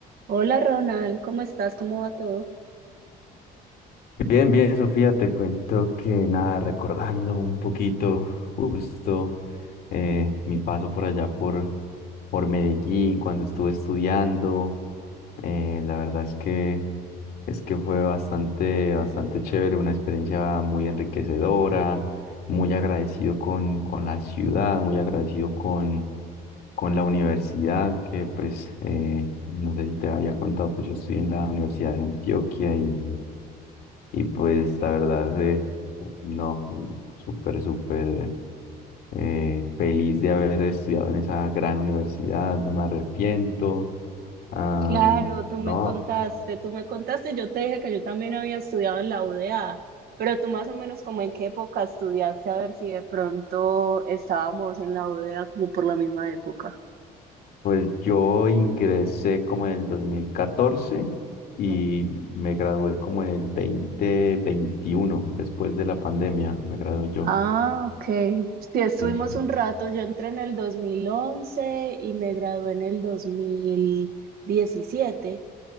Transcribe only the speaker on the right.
Hola Ronald, ¿cómo estás? ¿Cómo va todo?
Claro, tú me
contaste, tú me contaste, yo te dije que yo también había estudiado en la UDA, pero tú más o menos como en qué época estudiaste, a ver si de pronto estábamos en la UDA como por la misma época.
Ah, ok. Sí, estuvimos
un rato, yo entré en el 2011 y me gradué en el 2017,